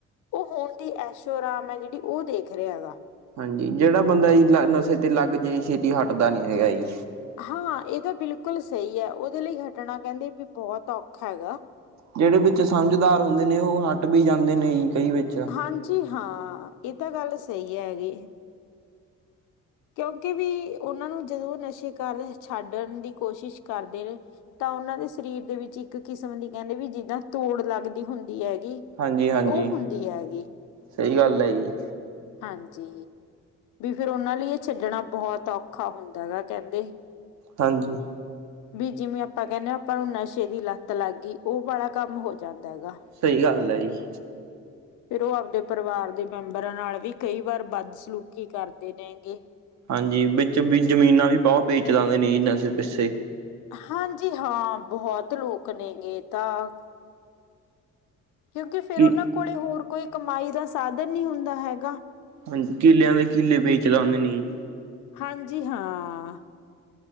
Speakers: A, on the left (about 85°); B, on the right (about 65°).
A: ਉਹ ਹੁਣ ਦੀ ਐਸ਼ੋਅਰਾਮ ਐ। ਜਿਹੜੀ ਉਹ ਦੇਖ ਰਿਹਾ ਗਾ।
B: ਹਾਂਜੀ, ਜਿਹੜਾ ਬੰਦਾ ਜੀ ਨਸ਼ੇ ਤੇ ਲੱਗ ਜੇ ਛੇਤੀ ਹੱਟਦਾ ਨੀ ਹੈਗਾ ਜੀ।
A: ਹਾਂ, ਇਹ ਤਾਂ ਬਿਲਕੁਲ ਸਹੀ ਹੈ। ਉਹਦੇ ਲਈ ਘਟਨਾ ਕਹਿੰਦੇ ਵੀ ਬਹੁਤ ਔਖਾ ਹੈਗਾ।
B: ਜਿਹੜੇ ਵਿੱਚ ਸਮਝਦਾਰ ਹੁੰਦੇ ਨੇ ਉਹ ਹਟ ਵੀ ਜਾਂਦੇ ਨੇ ਜੀ‌ ਕਈ ਵਿੱਚ।
A: ਹਾਂਜੀ। ਹਾਂ, ਇਹ ਤਾਂ ਗੱਲ ਸਹੀ ਹੈਗੀ। ਕਿਉਂਕਿ ਵੀ ਉਹਨਾਂ ਨੂੰ ਜਦੋਂ ਨਸ਼ੇ ਕਾਰ ਛੱਡਣ ਦੀ ਕੋਸ਼ਿਸ਼ ਕਰਦੇ ਨੇ ਤਾਂ ਉਹਨਾਂ ਦੇ ਸਰੀਰ ਦੇ ਵਿੱਚ ਇੱਕ ਕਿਸਮ ਦੀ ਕਹਿੰਦੇ ਵੀ ਜਿੱਦਾਂ ਤੋੜ ਲੱਗਦੀ ਹੁੰਦੀ ਹੈਗੀ।
B: ਹਾਂਜੀ, ਹਾਂਜੀ।
A: ਉਹ ਹੁੰਦੀ ਹੈਗੀ
B: ਸਹੀ ਗੱਲ ਹੈ ਜੀ‌‌।
A: ਹਾਂਜੀ। ਫਿਰ ਉਹਨਾਂ ਲਈ ਛੱਡਣਾ ਬਹੁਤ ਔਖਾ ਹੁੰਦਾ ਹੈਗਾ ਕਹਿੰਦੇ
B: ਹਾਂਜੀ।
A: ਵੀ ਜਿਵੇਂ-ਆਪਾਂ ਕਹਿੰਦੇ ਆਪਾਂ ਨੂੰ ਨਸ਼ੇ ਦੀ ਲੱਤ ਲੱਗ ਗਈ। ਉਹ ਵਾਲਾ ਕੰਮ ਹੋ ਜਾਂਦਾ ਹੈਗਾ।
B: ਸਹੀ ਗੱਲ ਹੈ‌‌, ਜੀ।
A: ਫੇਰ ਉਹ ਆਪਦੇ ਪਰਿਵਾਰ ਦੇ ਮੈਂਬਰਾਂ ਨਾਲ ਵੀ ਕਈ ਵਾਰ ਬੱਦ ਸਲੂਕੀ ਕਰਦੇ ਨੇ ਗੇ।
B: ਹਾਂਜੀ ਵਿੱਚ-ਵਿਚ ਜ਼ਮੀਨਾਂ ਵੀ ਬਹੁਤ ਵੇਚ ਲਾਂਦੇ ਨੇ ਜੀ ਨਸ਼ੇ ਪਿੱਛੇ।
A: ਹਾਂਜੀ ਹਾਂ ਬਹੁਤ ਲੋਕ ਨੇ ਇਹ ਤਾਂ। ਕਿਉਂਕਿ ਫੇਰ
B: ਕਿ
A: ਉਹਨਾਂ ਕੋਲ ਹੋਰ ਕੋਈ ਕਮਾਈ ਦਾ ਸਾਧਨ ਨਹੀਂ ਹੁੰਦਾ ਹੈਗਾ।
B: ਹਾਂਜ ਕਿਲਿਆਂ ਦੇ ਕਿੱਲੇ ਵੇਚ ਜਾਂਦੇ ਨੀ।
A: ਹਾਂਜੀ, ਹਾਂ।